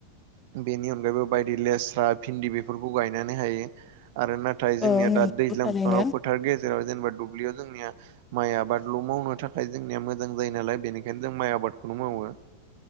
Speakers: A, on the right (about 50°); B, on the left (about 15°).
A: बेनि अनगायैबो बायदि लेस बा भिन्दि बेफोरखौ गायनानै हायो आरो नाथाय जोंनिया
B: औ नंगौ
A: दा दैज्लांफोराव
B: थारैनो
A: फोथार गेजे जेराव जेनेबा दुब्लियाव जोंनिया। माइ आबादल' मावनो थाखाय जोंनिया मोजां जायो नालाय बेनिखायनो जों माइ आबादखौल' मावो।